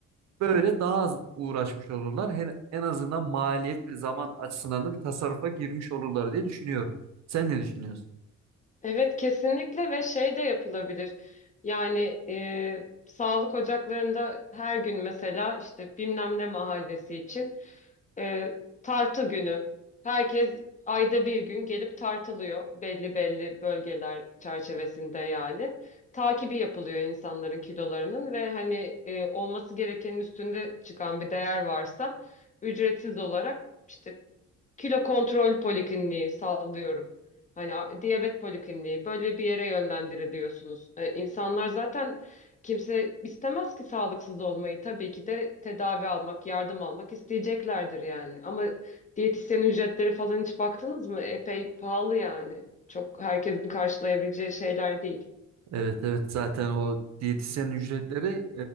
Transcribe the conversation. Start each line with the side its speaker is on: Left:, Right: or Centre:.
Right: böyle daha az uğraşmış olurlar. Her- en azından maliyet ve zaman açısından da bir tasarrufa girmiş olurlar diye düşünüyorum. Sen ne düşünüyorsun?
Left: Evet kesinlikle ve şey de yapılabilir. Yani e, sağlık ocaklarında her gün mesela işte bilmem ne mahallesi için e, tartı günü. Herkes ayda bir gün gelip tartılıyor belli belli bölgeler çerçevesinde yani. Takibi yapılıyor insanların kilolarının ve hani e, olması gerekenin üstünde çıkan bir değer varsa ücretsiz olarak işte kilo kontrol polikliniği sallıyorum. Hani a- diyabet polikliniği böyle bir yere yönlendiriliyorsunuz. E, insanlar zaten kimse istemez ki sağlıksız olmayı. Tabii ki de tedavi almak, yardım almak isteyeceklerdir yani. Ama diyetisyen ücretleri falan hiç baktınız mı? Epey pahalı yani. Çok herkesin karşılayabileceği şeyler değil.
Right: Evet evet zaten o diyetisyen ücretleri